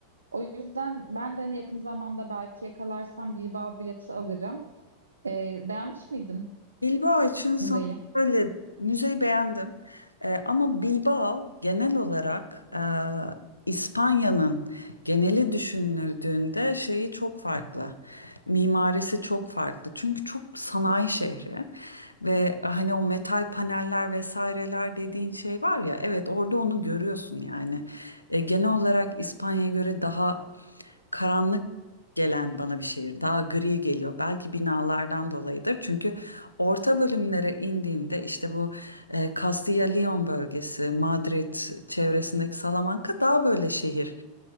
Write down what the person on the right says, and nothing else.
O yüzden ben de hani yakın zamanda belki yakalarsam Bilbao bileti alırım. E, beğenmiş miydin
müzeyi?